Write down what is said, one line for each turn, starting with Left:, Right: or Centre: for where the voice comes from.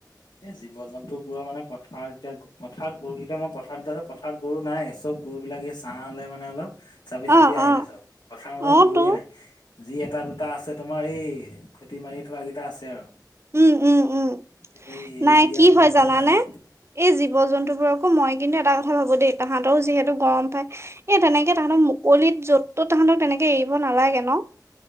Left: এ, জীৱ-জন্তু বোৰৰ মানে পথাৰত এতিয়া পথাৰত গৰুকেইটা, মই পথাৰত পথাৰত গৰু নাই। চব গৰু বিলাক ছাঁ লৈ মানে অলপ চাপি চাপি
Right: অ
Left: আহিলে
Right: অ
Left: চব। পথাৰৰ মাজত
Right: অ
Left: গৰুৱে
Right: তো
Left: নাই। যি এটা দুটা আছে তোমাৰ, এই খুটি মাৰি থোৱা কেইটা আছে আৰু।
Right: উম। উম। উম।
Left: কিন্তু এই এৰি
Right: নাই,
Left: দিয়া
Right: কি
Left: বিলাক
Right: হয়
Left: মানে
Right: জানানে।
Left: নাই
Right: এই জীৱ জন্তুবোৰকো মই কিন্তু এটা কথা ভাবো দেই, তাহাঁতৰো যিহেতু গৰম পায় এ, তেনেকে তাহাঁতক মুকলিত য'ত ত'ত তাহাঁতক তেনেকে এৰিব নালাগে ন'।